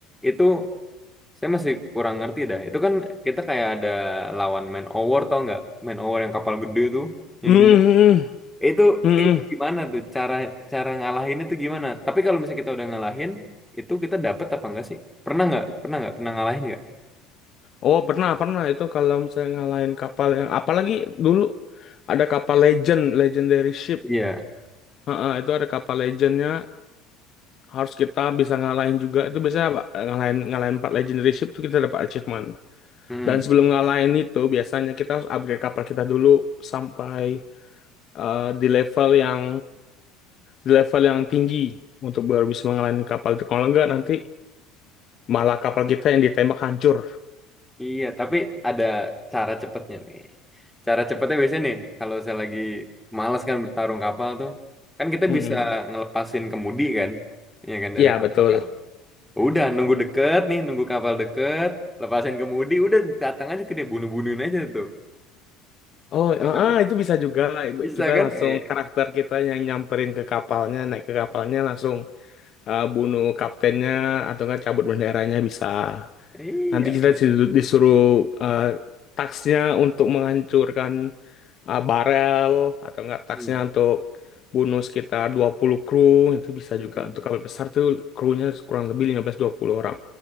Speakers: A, in the centre; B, on the left.
A: itu saya masih kurang ngerti dah. Itu kan kita kayak ada lawan Man Over tau nggak? Man Over yang kapal gede tuh, yang
B: hmm, hmm.
A: dua Itu
B: hmm, hmm,
A: itu
B: hmm.
A: gimana tuh cara cara ngalahin itu gimana? Tapi kalau misalnya kita udah ngalahin, itu kita dapet apa enggak sih? Pernah nggak? Pernah nggak? Pernah ngalahin nggak?
B: oh pernah pernah itu kalau misalnya ngalahin kapal yang apalagi dulu ada kapal legend legendary ship
A: Iya.
B: Heeh, itu ada kapal legendnya harus kita bisa ngalahin juga itu biasanya apa ngalahin ngalahin empat legendary ship itu kita dapat achievement
A: Hmm.
B: Dan sebelum ngalahin itu, biasanya kita harus upgrade kapal kita dulu sampai eh, di level yang di level yang tinggi untuk baru bisa ngalahin kapal itu. Kalau enggak nanti malah kapal kita yang ditembak hancur.
A: Iya, tapi ada cara cepetnya nih. Cara cepetnya biasanya nih, kalau saya lagi males kan bertarung kapal tuh, kan kita
B: Mm-mm.
A: bisa ngelepasin kemudi kan, ya kan dari
B: Iya
A: kapal
B: betul.
A: kan. Udah nunggu deket nih, nunggu kapal deket, lepasin kemudi, udah datang aja ke dia bunuh-bunuhin aja tuh.
B: Oh,
A: Apa
B: ah,
A: namanya?
B: ah, itu bisa juga.
A: Bisa
B: Kita
A: kan?
B: langsung
A: Eh,
B: karakter kita yang nyamperin ke kapalnya, naik ke kapalnya langsung eh, bunuh kaptennya atau enggak cabut benderanya bisa.
A: iya.
B: Nanti kita
A: bet-
B: disuruh eh, tasknya untuk menghancurkan ah, barel atau enggak taksnya
A: Hmm.
B: untuk bunuh sekitar 20 kru itu bisa
A: Mm-mm.
B: juga untuk kapal besar tuh krunya kurang lebih lima belas dua puluh orang.